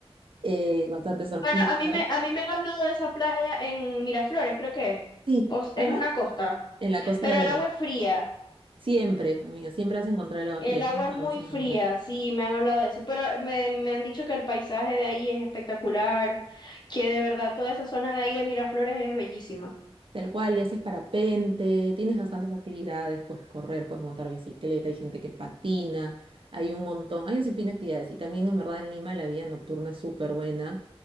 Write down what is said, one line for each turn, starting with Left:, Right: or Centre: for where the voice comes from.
Right: eh, bastantes surfistas.
Left: Bueno, a mí me, a mí me han hablado de esa playa en Miraflores, creo que es.
Right: Sí,
Left: Pues,
Right: ajá,
Left: es una costa,
Right: en la Costa
Left: pero
Right: Verde.
Left: el agua es fría.
Right: Siempre, amiga, siempre vas a encontrar el agua
Left: El
Right: fría,
Left: agua
Right: nunca
Left: es muy
Right: vas a encontrar.
Left: fría, sí, me han hablado de eso, pero me, me han dicho que el paisaje de ahí es espectacular, que de verdad toda esa zona de ahí de Miraflores es bellísima.
Right: Tal cual, y haces parapente, tienes bastantes actividades, puedes correr, puedes montar bicicleta, hay gente que patina, hay un montón, hay un sinfín de actividades. Y también en verdad en Lima la vida nocturna es súper buena,